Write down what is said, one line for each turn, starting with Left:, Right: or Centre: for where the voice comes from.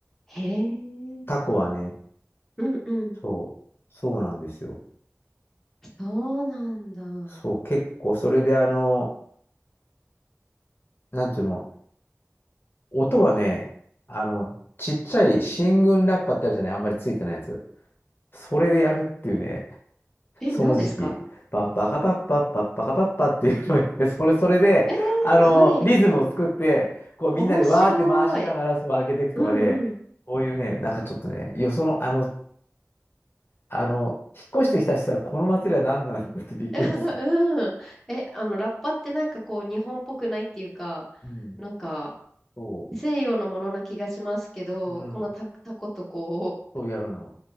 Centre: へえ、うん
Left: タコはね、
Centre: うん。
Left: そう。そうなんですよ。
Centre: そうなんだ。
Left: そう、結構、それであの、なんていうの、音はね、あの、ちっちゃい進軍ラッパってあるじゃない、あんまりついてないやつ。それでやるっていうね、
Centre: え、
Left: その時期。
Centre: 何ですか
Left: パッパカパッパッパッパカパッパっていうのをやってそれ、それで、
Centre: ええ、
Left: あの、
Centre: はい。
Left: リズムを作って、こうみんなでわーって回しながら、
Centre: 面白い。
Left: そう開けていくとかで、
Centre: うんうん。
Left: こういうね、なんかちょっとね、よその、あの、あの、引っ越してきた人はこの祭りは何なんだってびっくりする。
Centre: <laughs> うん。え、あの、ラッパってなんかこう、日本っぽくないっていうか、
Left: うん、
Centre: なんか、
Left: そ
Centre: 西洋のものな気がしますけど、
Left: う、うん、
Centre: このタ、タコとこ
Left: そうやるの。